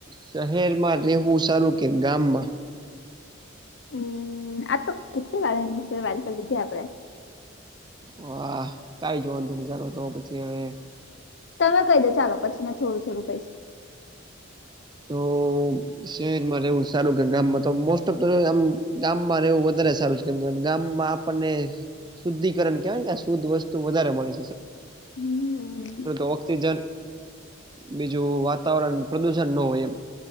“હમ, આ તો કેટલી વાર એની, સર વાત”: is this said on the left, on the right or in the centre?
Left